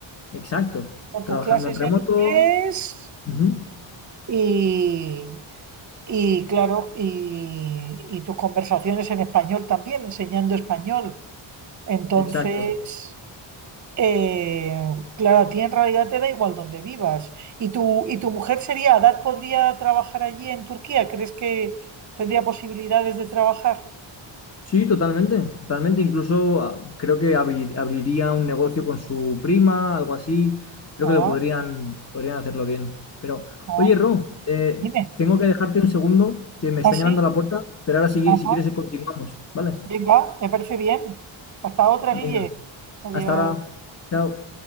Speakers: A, on the left; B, on the right.
A: Exacto.
B: con
A: Trabajando
B: tus clases
A: en remoto.
B: en inglés
A: Ujú.
B: y, y claro, y, y tus conversaciones en español también, enseñando español. Entonces,
A: Exacto.
B: Eh, claro, a ti en realidad te da igual donde vivas. ¿Y tu, y tu mujer sería, Adar podría trabajar allí en Turquía? ¿Crees que tendría posibilidades de trabajar?
A: Sí, totalmente, totalmente. Incluso ah, creo que abri- abriría un negocio con su prima, algo así. Creo
B: Ah,
A: que lo podrían, podrían hacerlo bien. Pero,
B: ah,
A: oye, Ro, eh,
B: dime.
A: tengo que dejarte un segundo, que me están
B: ¿Ah, sí?
A: llamando a la puerta, pero ahora si,
B: Ajá.
A: si quieres continuamos, ¿vale?
B: Venga, me parece bien. Hasta otra,
A: Venga,
B: Guille. Adiós.
A: hasta ahora. Chao.